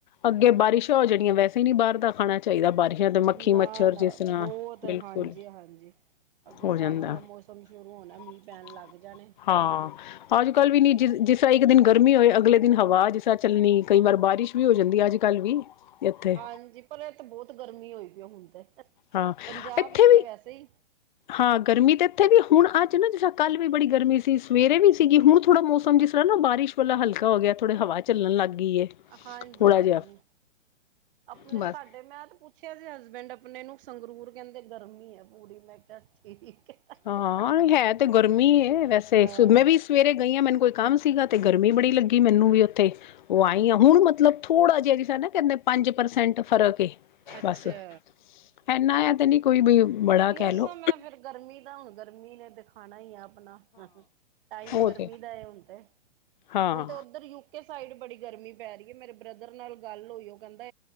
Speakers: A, on the left; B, on the right.
A: ਅੱਗੇ ਬਾਰਿਸ਼ਾਂ ਹੋ ਜਾਣੀਆਂ ਵੈਸੇ ਨਹੀਂ ਬਾਹਰ ਦਾ ਖਾਣਾ ਚਾਹੀਦਾ ਬਾਰਿਸ਼ ਤੇ ਮੱਖੀ
B: ਨਾ
A: ਮੱਛਰ
B: ਨਾ
A: ਜਿਸ ਤਰ੍ਹਾਂ
B: ਬਹੁਤ
A: ਬਿਲਕੁੱਲ
B: ਹਾਂਜੀ ਹਾਂਜੀ ਅੱਗੇ
A: ਹੋ
B: ਸਾਵਣ
A: ਜਾਂਦਾ
B: ਦਾ
A: <unintelligible>
B: ਮੌਸਮ ਸ਼ੁਰੂ ਹੋਣਾ ਮੀਂਹ ਪੈਣ ਲੱਗ ਜਾਣੇ
A: ਹਾਂ ਅੱਜ ਕੱਲ
B: ਫਿਰ
A: ਵੀ ਨੀ ਜਿਸ ਇੱਕ ਦਿਨ ਗਰਮੀ ਹੋਏ ਅਗਲੇ ਦਿਨ ਹਵਾ ਜਿਸ ਤਰ੍ਹਾਂ ਚੱਲਣੀ ਕਈ ਵਾਰ ਬਾਰਿਸ਼ ਗਰਮੀਂ ਹੋ ਜਾਂਦੀ ਅੱਜ ਕੱਲ੍ਹ ਵੀ ਇੱਥੇ
B: ਹਾਂਜੀ ਪਰ ਇਹ ਤੇ ਬਹੁਤ ਗਰਮੀ ਹੋਈ ਪਈ ਹੁਣ ਤੇ
A: ਹਾਂ
B: ਪੰਜਾਬ
A: ਇੱਥੇ
B: ਵਿੱਚ ਤੇ
A: ਵੀ
B: ਵੈਸੇ ਹੀ
A: ਹਾਂ ਗਰਮੀ ਤਾਂ ਇੱਥੇ ਵੀ ਹੁਣ ਅੱਜ ਨਾ ਜਿਸ ਕੱਲ ਵੀ ਬੜੀ ਗਰਮੀ ਸੀ ਸਵੇਰੇ ਵੀ ਸੀਗੀ ਹੁਣ ਥੋੜ੍ਹਾ ਮੌਸਮ ਜਿਸ ਤਰ੍ਹਾਂ ਨਾ ਬਾਰਿਸ਼ ਭਲਾ ਹਲਕਾ ਹੋ ਗਿਆ ਥੋੜੀ ਹਵਾ ਚੱਲਣ ਲੱਗ ਗਈ
B: ਹਾਂਜੀ
A: ਥੋੜਾ
B: ਹਾਂਜੀ
A: ਜਿਹਾ
B: ਆਪਣੇ
A: ਬਸ
B: ਸਾਡੇ ਮੈਂ ਤੇ ਪੁੱਛ ਪੁੱਛਿਆ ਸੀ ਹਸਬੈਂਡ ਆਪਣੇ ਨੂੰ ਸੰਗਰੂਰ ਕਹਿੰਦੇ ਗਰਮੀ ਹੈ ਪੂਰੀ ਮੈਂ ਕਿਹਾ ਠੀਕ ਹੈ।
A: ਹਾਂ ਹੈ ਤੇ ਗਰਮੀ ਹੈ ਵੈਸੇ
B: ਹਾਂ
A: ਮੈਂ ਵੀ ਸਵੇਰੇ ਗਈ ਹਾਂ ਮੈਨੂੰ ਕੋਈ ਕੰਮ ਸੀਗਾ ਅਤੇ ਗਰਮੀ ਬੜੀ ਲੱਗੀ ਮੈਨੂੰ ਵੀ ਉੱਥੇ ਉਹ ਆਈ ਆ ਹੁਣ ਮਤਲਬ ਥੋੜਾ ਜਿਹਾ ਜਿਸ ਤਰ੍ਹਾਂ ਨਾ ਕਹਿੰਦੇ ਪੰਜ ਪਰਸੈਂਟ ਫਰਕ
B: ਅੱਛਾ
A: ਬਸ ਇਨਾ ਆ ਤੇ ਨਹੀਂ ਕੋਈ ਵੀ ਬੜਾ ਕਹਿ
B: ਮੌਸਮ
A: ਲਓ
B: ਹੈ ਫੇਰ ਗਰਮੀ ਦਾ ਹੁਣ ਗਰਮੀ ਨੇ ਦਿਖਾਣਾ ਹੀ ਆ ਆਪਣਾ ਹਾਂ ਟਾਈਮ
A: ਉਹ
B: ਗਰਮੀ
A: ਤੇ
B: ਦਾ ਹੁਣ ਤੇ
A: ਹਾਂ
B: ਹੁਣ ਤਾਂ ਉਧਰ ਯੂਕੇ ਸਾਈਡ ਬੜੀ ਗਰਮੀ ਪੈ ਰਹੀ ਹੈ ਮੇਰੇ ਬ੍ਰਦਰ ਨਾਲ ਗੱਲ ਹੋਈ ਉਹ ਕਹਿੰਦਾ